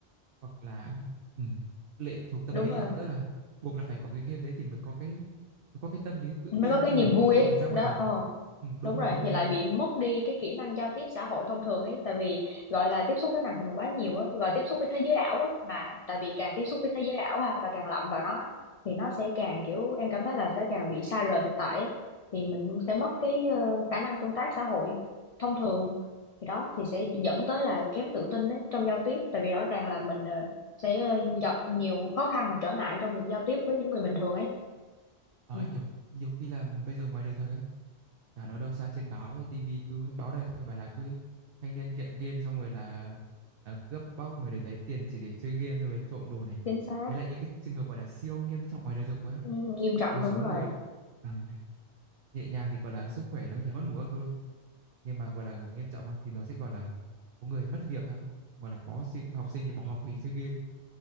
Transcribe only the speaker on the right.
hoặc là ừ, lệ thuộc tâm
lý
à, tức là buộc là phải có cái game đấy thì mới có cái mới có cái tâm lý tự
tin
xong
rồi
đến khi
mà ra ngoài
đời thật.
Ừ, đúng
rồi, đúng
rồi,
đúng rồi.
Ờ
anh hiểu, nhiều khi là bây giờ ngoài đời thật ấy, chả nói đâu xa trên báo hay tivi cứ báo đầy thôi bảo là cứ thanh niên nghiện game xong rồi là à, cướp bóc người để lấy tiền chỉ để chơi game xong rồi trộm đồ này.
Đấy là những cái trường hợp gọi là siêu nghiêm trọng ngoài đời thực quá.
Một
số
người ừ, nhẹ nhàng thì gọi là sức khỏe là có thể mất ngủ các thứ thôi nhưng mà gọi là nghiêm trọng á, thì nó sẽ gọi là có người mất việc á gọi là có sinh, học sinh thì bỏ học vì chơi game